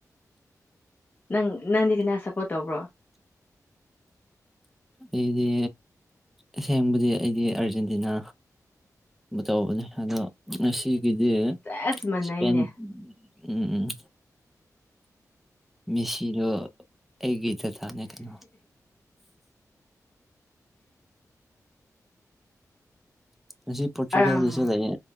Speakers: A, on the left; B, in the centre.
A: ꯅꯪ ꯅꯪꯗꯤ ꯀꯅꯥ ꯁꯞꯄꯣꯔꯠ ꯇꯧꯕ꯭ꯔꯣ
B: ꯑꯩꯗꯤ ꯑꯁꯦꯡꯕꯗꯤ ꯑꯩꯗꯤ ꯑꯔꯖꯦꯟꯇꯤꯅꯥ ꯇꯧꯕꯅꯦ ꯑꯗꯣ ꯉꯁꯤꯒꯤꯗꯤ
A: ꯁꯦꯁ ꯃꯥꯟꯅꯩꯅꯦ
B: ꯢꯁꯄꯦꯟ ꯎꯝ ꯃꯦꯁꯤꯗꯣ ꯑꯩꯒꯤ ꯗꯗꯥꯅꯦ ꯀꯩꯅꯣ ꯉꯁꯤ ꯄꯣꯔꯇꯨꯒꯥꯜꯒꯤꯁꯨ
A: ꯑꯥ
B: ꯂꯩꯌꯦ